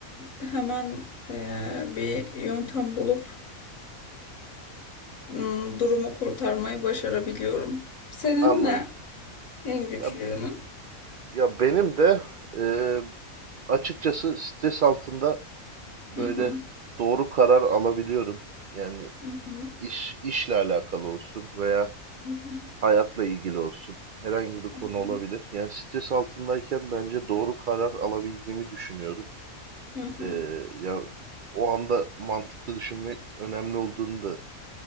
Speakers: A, on the left; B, on the right.
A: hemen e, bir yöntem bulup m, durumu kurtarmayı başarabiliyorum. Senin
B: Anladım.
A: ne en güçlü
B: Ya,
A: yönün?
B: ya benim de e, açıkçası stres altında böyle
A: Hı hı,
B: doğru karar alabiliyorum. Yani
A: hı hı,
B: iş işle alakalı olsun veya
A: hı hı,
B: hayatla ilgili olsun. Herhangi bir konu
A: hı
B: olabilir.
A: hı,
B: Yani stres altındayken bence doğru karar alabildiğimi düşünüyorum.
A: hı hı,
B: Ee, ya o anda mantıklı düşünme önemli olduğunu da